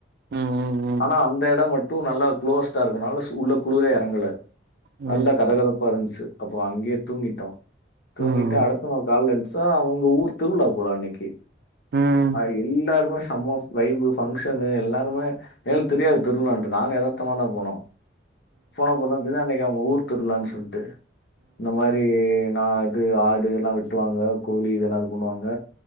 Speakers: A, on the right; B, on the left.
A: ம் ம்
B: ஆனா அந்த எடோ மட்டு நல்லா குளோஸ்டா இருக்கனால சூ உள்ள குளுரே எறங்கல
A: ம் ம் ம்
B: நல்ல கத கதப்பா இருந்துச்சு அப்போ அங்கே தூங்கிட்டோ தூங்கிட்டு
A: ம்
B: அடுத்த நாள் கால்ல எந்திச்சா அவுங்க ஊர் திருவிழா போல அன்னைக்கு
A: ம்
B: அ எல்லாருமே சம வைபு பங்ஷனு எல்லாருமே எங்களுக்கு தெரியாது திருவிழான்ட்டு நாங்க எதார்த்தமா தா போனோ போன போது தா தெரிது அன்னைக்கு அவுங்க ஊர் திருவிழான் சொல்ட்டு இந்த மாரி நா இது ஆடு எல்லா வெட்டுவாங்க கோழி இதல்லா இது பண்ணுவாங்க